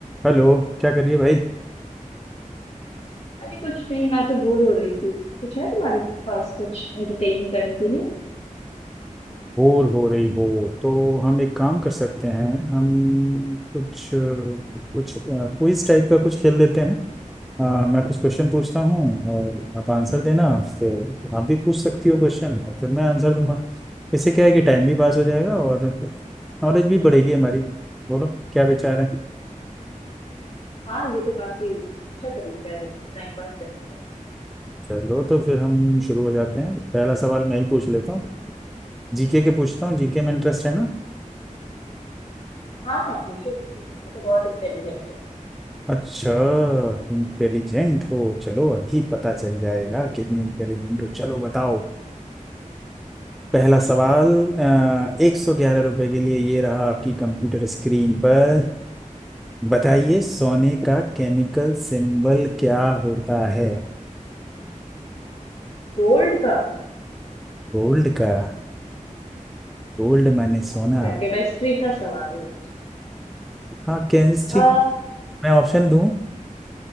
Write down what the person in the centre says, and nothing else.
Hello क्या कर रही है भाई
बोर हो रही हो तो हम एक काम कर सकते हैं हम कुछ कुछ क्विज टाइप का कुछ खेल लेते हैं अ, मैं कुछ क्वेश्चन पूछता हूँ और आप आंसर देना फिर आप भी पूछ सकती हो क्वेश्चन और फिर मैं आंसर दूंगा इससे क्या है कि टाइम भी पास हो जाएगा और नॉलेज भी बढ़ेगी हमारी बोलो क्या विचार है
चलो तो फिर हम शुरू हो जाते हैं पहला सवाल मैं ही पूछ लेता हूँ जीके के पूछता हूँ जीके में इंटरेस्ट है ना?
अच्छा इंटेलिजेंट हो चलो अभी पता चल जाएगा कितनी इंटेलिजेंट हो चलो बताओ पहला सवाल एक सौ ग्यारह रुपए के लिए ये रहा आपकी कंप्यूटर स्क्रीन पर बताइए सोने का केमिकल सिंबल क्या होता है
गोल्ड का गोल्ड माने सोना
हाँ केमिस्ट्री
मैं ऑप्शन दूं